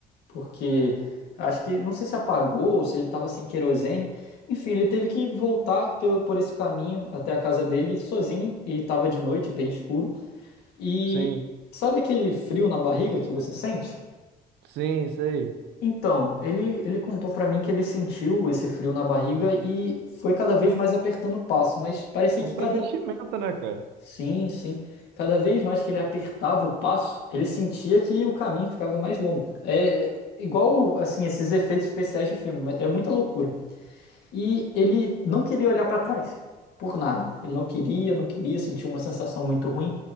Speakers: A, on the left; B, on the right.
A: porque acho que, não sei se apagou ou se ele estava sem querosene. Enfim, ele teve que voltar pe- por esse caminho até a casa dele sozinho, e estava de noite, bem escuro. E
B: sim,
A: sabe aquele frio na barriga que você sente?
B: sim, isso aí.
A: Então, ele, ele contou pra mim que ele sentiu esse frio na barriga e foi cada vez mais apertando o passo, mas parecia
B: É
A: que
B: um pressentimento,
A: cada.
B: né, cara?
A: Sim, sim. Cada vez mais que ele apertava o passo, ele sentia que o caminho ficava mais longo. É é igual, assim, esses efeitos especiais de filme, mas é muita loucura. E ele não queria olhar para trás, por nada. Ele não queria, não queria, sentiu uma sensação muito ruim.